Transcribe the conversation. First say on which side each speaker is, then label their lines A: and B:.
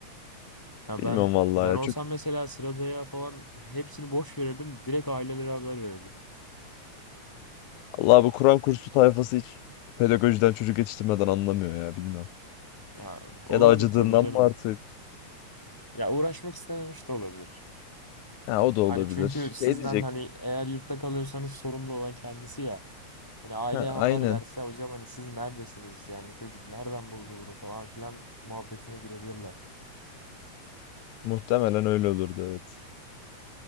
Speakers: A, on the left; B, on the left.
A: Ya
B: Bilmiyorum
A: ben
B: vallahi
A: ben
B: ya.
A: olsam
B: Çünkü
A: mesela sıradaya falan hepsini boş verirdim. Direkt ailelere haber verirdim.
B: Allah bu Kur'an kursu tayfası hiç pedagojiden çocuk yetiştirmeden anlamıyor ya bilmiyorum.
A: Ya olabilir
B: Ya da acıdığından
A: tabii canım.
B: mı artık?
A: Ya uğraşmak istememiş de olabilir.
B: Ha o da olabilir.
A: Hani çünkü sizden
B: Şey diyecek.
A: hani eğer yurtta kalıyorsanız sorumlu olan kendisi ya. Hani aileye
B: Ha
A: haber
B: aynen.
A: verse hocam hani siz neredesiniz yani çocuk nereden buldu bunu falan filan muhabbetine girebilirler.
B: Muhtemelen öyle olurdu evet.